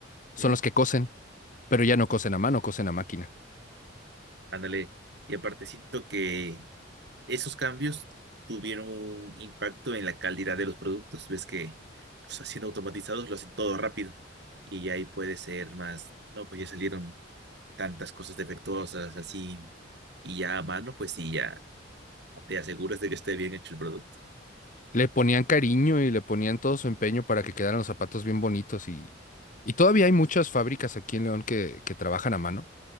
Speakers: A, on the left; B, on the right.
A: son
B: ¿Mm?
A: los que cosen, pero ya no cosen a mano, cosen a máquina.
B: ándale. Y aparte siento que Esos cambios tuvieron un impacto en la calidad de los productos. Ves que pues, siendo automatizados lo hacen todo rápido y ahí puede ser más, no, pues ya salieron tantas cosas defectuosas así y ya a mano, pues sí, ya te aseguras de que esté bien hecho el producto.
A: Le ponían cariño y le ponían todo su empeño para que quedaran los zapatos bien bonitos y, y todavía hay muchas fábricas aquí en León que, que trabajan a mano,